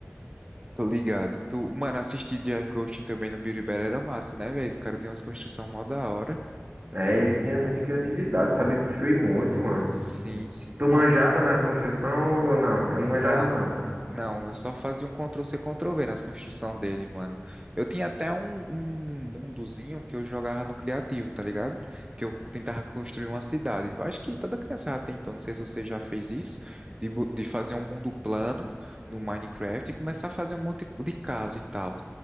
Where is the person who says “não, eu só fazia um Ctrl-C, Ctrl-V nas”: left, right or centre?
Right